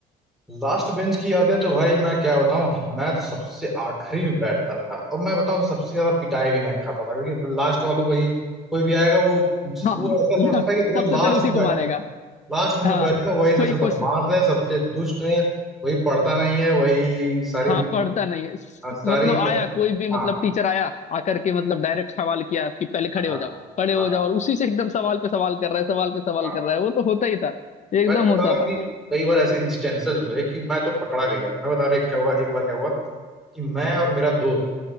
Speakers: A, in the centre; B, on the left.
A: लास्ट बेंच की यादें तो भाई मैं क्या बताऊं मैं तो सबसे आखिरी में बैठता था और मैं बताऊं तो सबसे ज्यादा पिटाई भी मैं खाता था क्योंकि लास्ट वालों को ही कोई भी आएगा वो
B: हाँ
A: वो ऐसा समझता
B: <laughs>
A: है कि देखो
B: सबसे
A: लास्ट
B: पहले उसी को
A: में
B: मारेगा
A: लास्ट में
B: हाँ
A: जो बैठता है वही सबसे
B: कोई कुछ
A: बदमाश है सबसे दुष्ट है वही पढ़ता नहीं है वही सारी
B: हाँ पढ़ता नहीं है स-
A: सारी
B: मतलब आया कोई भी मतलब
A: हाँ
B: टीचर आया आकर के मतलब डायरेक्ट सवाल किया कि पहले खड़े
A: हाँ
B: हो जाओ खड़े हो
A: हाँ
B: जाओ और उसी से एकदम सवाल पे सवाल कर रहा है सवाल पे सवाल
A: हाँ
B: कर रहा है वो तो होता ही था एकदम
A: मैं तो
B: होता
A: बता रहा हूँ
B: था
A: कि कई बार ऐसे इंस्टेंसेस हुए कि मैं तो पकड़ा भी गया मैं बता रहा हूँ क्या हुआ एक बार क्या हुआ कि मैं और मेरा दोस्त